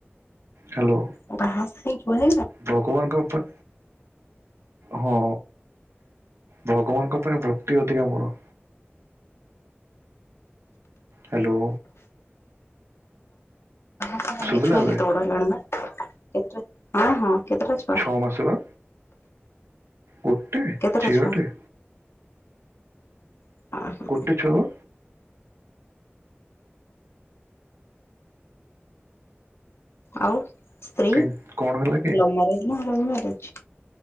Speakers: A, on the right (about 80°); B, on the left (about 70°).
A: ହ୍ୟାଲୋ।
B: ଓ ବାହାସାହା ହେଇ ଛୁଆ ହେଇ <unintelligible>
A: ଭଗବାନଙ୍କ ଉପା ହଁ ଭଗବାନଙ୍କ ପାଇଁ ଭକ୍ତି ଅଧିକା ମୋର। ହ୍ୟାଲୋ।
B: ବାହା ହେଇ
A: ଶୁଭିଲା
B: ଛୁଆ
A: ଏବେ
B: କେତେ ବଡ ହେଲାଣି ନା, କେତେଟା, ହଁ ହଁ କେତେଟା ଛୁଆ?
A: କଣ ଆସିବ? ଗୋଟେ
B: କେତେଟା
A: ଝିଅଟେ।
B: ଛୁଆ ହଁ
A: ଗୋଟେ ଛୁଆ ବା।
B: ଆଉ ସ୍ତ୍ରୀ
A: କି କଣ ହେଲା କି
B: ଲବ୍ ମ୍ୟାରେଜ୍ ନା ଆରେଞ୍ଜ ମ୍ୟାରେଜ୍?